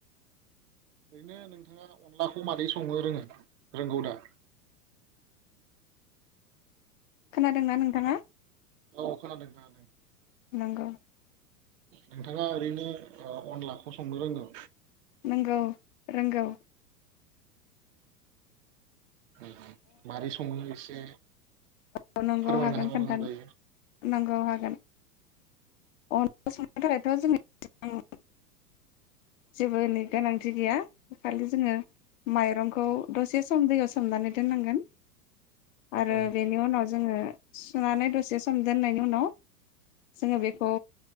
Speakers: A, on the right; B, on the left.
A: ओरैनो नोंथाङा अनलाखौ मादै सङो रोङो रोंगौ दा?
B: खोनादोंना नोंथाङा?
A: औ खोनादों नोंथाङालाय?
B: नोंगौ।
A: नोंथाङा ओरैनो ओ अनलाखौ संनो रोंगौ?
B: नोंगौ रोंगौ।
A: ओऔ मारै सङो एसे
B: औ नोंगौ
A: फोरमायनो
B: हागोन
A: हाबा
B: खोनथानो
A: मोजां जायो।
B: नंगौ हागोन। अनला संनो थाखायथ' जों <unintelligible> जेबो गोनांथि गैया खालि जोङो माइरंखौ दसे सम दैयाव सोमनानै दोननांगोन। आरो
A: औ
B: उनाव जोङो सुनानै दसे सम दोननायनि उनाव जोङो बेखौ